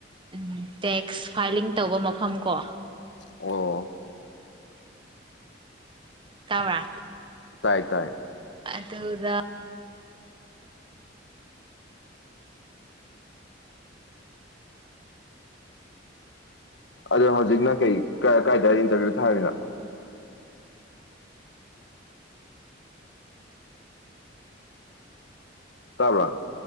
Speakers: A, on the right; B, on the left.
A: ꯎꯝ ꯇꯦꯛꯁ ꯐꯥꯏꯂꯤꯡ ꯇꯧꯕ ꯃꯐꯝ ꯀꯣ
B: ꯑꯣ
A: ꯇꯥꯕꯔ꯭
B: ꯇꯥꯏ ꯇꯥꯏ
A: ꯑꯗꯨꯗ
B: ꯑꯗꯣ ꯍꯧꯖꯤꯛꯅ ꯀꯩ ꯀꯥꯏꯗꯥ ꯏꯟꯇꯔꯚꯤꯌꯨ ꯊꯥꯔꯤꯅꯣ ꯇꯥꯕ꯭ꯔꯥ